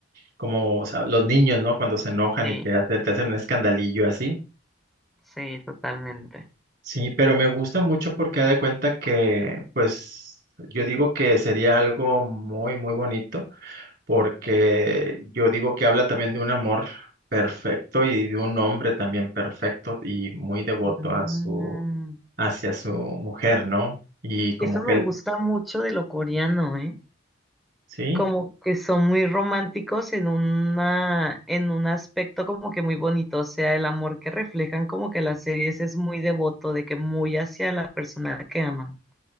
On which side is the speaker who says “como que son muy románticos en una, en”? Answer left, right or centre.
Centre